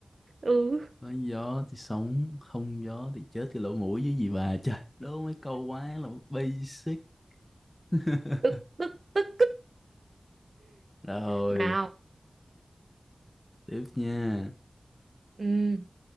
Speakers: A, on the right; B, on the left.
A: ừ
B: có gió thì sống không gió thì chết cái lỗ mũi với gì bà trời đố mấy câu quá là basic <laughs>
A: tức tức tức
B: rồi
A: nào
B: tiếp nha
A: Ừm,